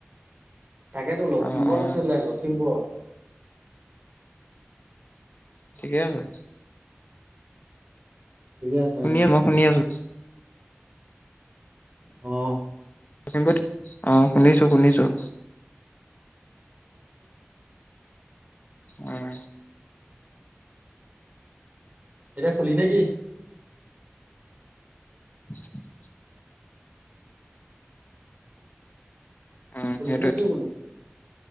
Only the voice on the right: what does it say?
তাকেতো লখিমপুৰত
আছিল ন লখিমপুৰত
ঠিকে আছে
অ অ
এতি খুলি নেকি?
খুলি
নে কি বোলো